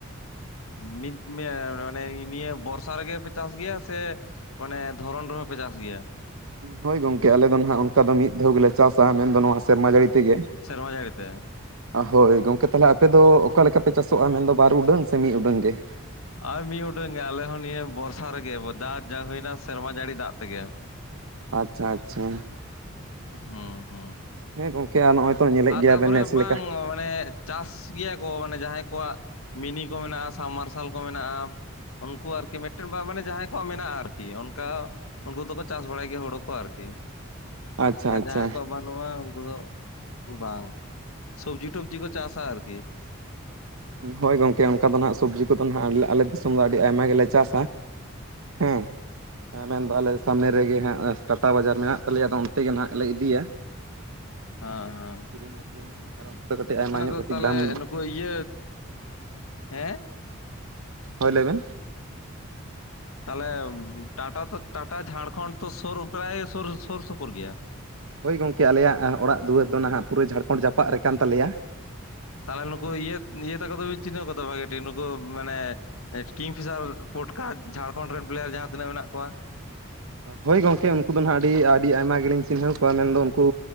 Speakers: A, on the left; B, on the right.
A: ᱢᱤᱫ ᱢᱟᱱᱮ ᱱᱤᱭᱟᱹ ᱵᱚᱨᱥᱟ ᱨᱮᱜᱮ ᱯᱮ ᱪᱟᱥ ᱜᱮᱭᱟ ᱥᱮ? ᱢᱟᱱᱮ ᱫᱷᱚᱨᱚᱱ ᱨᱮᱦᱚᱸ ᱯᱮ ᱪᱟᱥ ᱜᱮᱭᱟ᱾
B: ᱦᱳᱭ ᱜᱚᱢᱠᱮ ᱟᱞᱮ ᱫᱚ ᱱᱟᱦᱟᱜ ᱚᱱᱠᱟ ᱫᱚ ᱢᱤᱫ ᱫᱷᱟᱣ ᱜᱮᱞᱮ ᱪᱟᱥᱟᱼᱟ ᱢᱮᱱᱫᱚ ᱱᱚᱣᱟ ᱥᱮᱨᱢᱟ ᱡᱟᱹᱲᱤ ᱛᱮᱜᱮ
A: ᱥᱮᱨᱢᱟ ᱡᱟᱹᱲᱤ ᱛᱮ ᱾
B: ᱦᱳᱭ ᱜᱚᱝᱠᱮ ᱛᱟᱦᱚᱞᱮ ᱟᱯᱮ ᱫᱚ ᱚᱠᱟ ᱞᱮᱠᱟᱯᱮ ᱪᱟᱥᱚᱜᱼᱟ ᱢᱮᱱᱫᱚ ᱵᱟᱨ ᱩᱰᱟᱹᱝ ᱥᱮ ᱢᱤᱫ ᱩᱰᱟᱹᱝ ᱜᱮ?
A: ᱟᱨ ᱢᱤᱫ ᱩᱰᱟᱹᱝ ᱜᱮ ᱟᱞᱮ ᱦᱚᱸ ᱱᱤᱭᱟᱹ ᱵᱚᱨᱥᱟ ᱨᱮᱜᱮ ᱫᱟᱜ ᱡᱟ ᱦᱩᱭᱱᱟ ᱥᱮᱨᱢᱟ ᱡᱟᱹᱲᱤ ᱫᱟᱜ ᱛᱮᱜᱮ᱾ <unintelligible>
B: ᱟᱪᱪᱷᱟ ᱟᱪᱪᱷᱟ᱾
A: ᱦᱩᱸ ᱦᱩᱸ᱾
B: ᱦᱮᱸ ᱜᱚᱝᱠᱮ ᱟᱨ ᱱᱚᱜᱚᱭ ᱛᱚ ᱧᱮᱞᱮᱫ
A: ᱟ
B: ᱜᱮᱭᱟᱵᱮᱱ
A: ᱛᱟᱯᱚᱨᱮ
B: ᱱᱮᱥ
A: ᱵᱟᱝ
B: ᱞᱮᱠᱟ
A: ᱢᱟᱱᱮ ᱪᱟᱥ ᱜᱮᱭᱟ ᱠᱚ ᱢᱟᱱᱮ ᱡᱟᱦᱟᱸᱭ ᱠᱚᱣᱟᱜ ᱢᱤᱱᱤ ᱠᱚ ᱢᱮᱱᱟᱜᱼᱟ ᱥᱟᱵᱽ ᱢᱟᱨᱥᱟᱞ ᱠᱚ ᱢᱮᱱᱟᱜᱼᱟ ᱾ ᱩᱱᱠᱩ ᱟᱨᱠᱤ ᱢᱤᱫᱴᱮᱱ ᱢᱟᱱᱮ ᱡᱟᱦᱟᱸᱭ ᱠᱚᱣᱟᱜ ᱢᱮᱱᱟᱜᱼᱟ ᱟᱨᱠᱤ ᱚᱱᱠᱟ ᱩᱱᱠᱩ ᱫᱚᱠᱚ ᱪᱟᱥ ᱵᱟᱲᱟᱭ ᱜᱮᱭᱟ ᱦᱳᱲᱳ ᱠᱚ ᱟᱨᱠᱤ
B: ᱟᱪᱪᱷᱟ
A: ᱟᱨ
B: ᱟᱪᱪᱷᱟ
A: ᱡᱟᱦᱟᱸᱭ ᱠᱚᱣᱟᱜ ᱵᱟᱹᱱᱩᱜᱼᱟ ᱩᱱᱠᱩ ᱫᱚᱼᱼ ᱵᱟᱝ ᱥᱚᱵᱡᱤ-ᱴᱚᱵᱡᱤ ᱠᱚ ᱪᱟᱥᱟ ᱟᱨᱠᱤ,
B: ᱦᱳᱭ ᱜᱚᱝᱠᱮ ᱚᱱᱠᱟ ᱫᱚ ᱱᱟᱜ ᱥᱚᱵᱽᱡᱤ ᱠᱚᱫᱚ ᱦᱟᱸᱜ ᱟᱞᱮ ᱫᱤᱥᱚᱢ ᱫᱚ ᱟᱹᱰᱤ ᱟᱭᱢᱟ ᱜᱮᱞᱮ ᱪᱟᱥᱟ᱾ ᱦᱩᱸ ᱢᱮᱱᱫᱚ ᱟᱞᱮ ᱥᱟᱢᱱᱮ ᱨᱮᱜᱮ ᱦᱟᱸᱜ ᱴᱟᱴᱟ ᱵᱟᱡᱟᱨ ᱢᱮᱱᱟᱜ ᱛᱟᱞᱮᱭᱟ ᱟᱫᱚ ᱚᱱᱛᱮᱜᱮ ᱱᱟᱦᱟᱜ ᱞᱮ ᱤᱫᱤᱭᱟ᱾
A: ᱦᱮᱸ ᱦᱮᱸ
B: <unintelligible> ᱟᱭᱢᱟ
A: ᱚᱱᱟ
B: ᱧᱚᱜ
A: ᱫᱚ
B: ᱠᱟᱹᱴᱤᱡ
A: ᱛᱟᱦᱚᱞᱮ
B: ᱫᱟᱢ
A: ᱱᱩᱠᱩ ᱤᱭᱟᱹ ᱦᱮᱸ
B: ᱦᱳᱭ ᱞᱟᱹᱭᱵᱮᱱ᱾
A: ᱛᱟᱦᱚᱞᱮ ᱴᱟᱴᱟ ᱛᱚ ᱴᱟᱴᱟ ᱡᱷᱟᱲᱠᱷᱚᱱᱰ ᱛᱚ ᱥᱳᱨ ᱯᱨᱟᱭ ᱥᱨ-ᱥᱳᱯᱳᱨ ᱜᱮᱭᱟ᱾
B: ᱦᱳᱭ ᱜᱚᱢᱠᱮ ᱟᱞᱮᱭᱟᱜ ᱚᱲᱟᱜ ᱫᱩᱣᱟᱹᱨ ᱫᱚ ᱱᱟᱦᱟᱜ ᱯᱩᱨᱟᱹ ᱡᱷᱟᱲᱠᱷᱚᱸᱰ ᱡᱟᱯᱟᱜ ᱨᱮ ᱠᱟᱱ ᱛᱟᱞᱮᱭᱟ᱾
A: ᱛᱟᱦᱚᱞᱮ ᱱᱩᱠᱩ
B: ᱦᱮᱸ
A: ᱤᱭᱟᱹ ᱤᱭᱟᱹ ᱛᱟᱠᱚ ᱫᱚᱵᱤᱱ ᱪᱤᱱᱦᱟᱹᱣ ᱠᱚᱣᱟ ᱵᱷᱟᱜᱤ ᱴᱷᱤᱠ ᱱᱩᱠᱩ ᱢᱟᱱᱮ ᱠᱤᱝ ᱯᱷᱤᱥᱟᱨ ᱯᱚᱴᱠᱟ ᱡᱷᱟᱲᱠᱷᱚᱸᱰ ᱨᱮᱱ ᱯᱞᱮᱭᱟᱨ ᱡᱟᱦᱟᱸ ᱛᱤᱱᱟᱹᱜ ᱢᱮᱱᱟᱜ ᱠᱚᱣᱟ᱾
B: ᱦᱳᱭ ᱜᱚᱝᱠᱮ ᱩᱱᱠᱩ ᱫᱚ ᱦᱟᱸᱜ ᱟᱹᱰᱤ ᱟᱹᱰᱤ ᱟᱭᱢᱟ ᱜᱮᱞᱤᱧ ᱪᱤᱱᱦᱟᱹᱣ ᱠᱚᱣᱟ ᱢᱮᱱᱫᱚ ᱩᱱᱠᱩᱼᱼ